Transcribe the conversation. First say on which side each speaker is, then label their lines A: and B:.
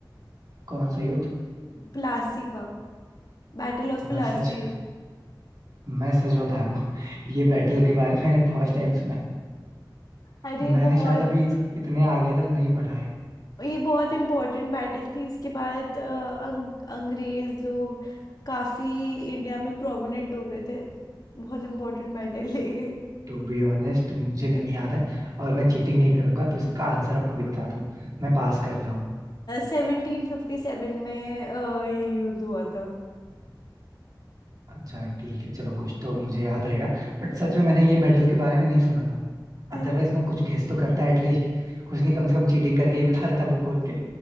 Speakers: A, on the right; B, on the left.
A: कौन सा युद्ध
B: प्लासी का Battle of
A: मैं
B: Plassey
A: सच मैं सच बता रहा हूँ ये बैटल के बारे में मैंने फर्स्ट टाइम सुना
B: अरे
A: मैंने
B: बहुत
A: शायद अभी इस- इतने आगे तक नहीं पढ़ा है
B: ये बहुत इम्पोर्टेंट बैटल थी इसके बाद अ, अंग, अंग्रेज लोग काफी इंडिया में प्रोमिनेंट हो गए थे बहुत इम्पोर्टेंट बैटल है ये
A: टू बी ऑनेस्ट मुझे नहीं याद है और मैं चीटिंग नहीं करूंगा तो इसका आंसर आप खुद ही बता दो मैं पास कर रहा हूँ
B: सेवनटीन फिफ्टी सेवन में अ, ये युद्ध हुआ था
A: अच्छा ठीक है चलो कुछ तो मुझे याद रहेगा बट सच में मैंने ये बैटल के बारे में नहीं सुना था अदरवाइज
B: अरे
A: मैं कुछ गेस तो करता एटलीस्ट कुछ नहीं कम से कम चीटिंग करके ही बता देता बुक खोल के